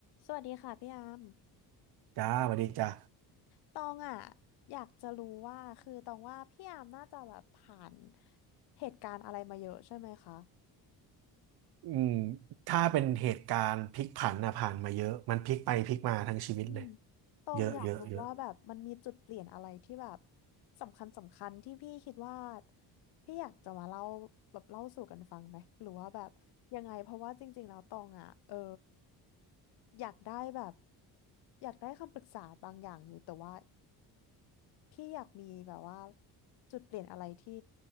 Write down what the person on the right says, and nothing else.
จ้าสวัสดีจ้า
อืมถ้าเป็นเหตุการณ์พลิกผันนะผ่านมาเยอะมันพลิกไปพลิกมาทั้งชีวิตเลย
เยอะเยอะเยอะ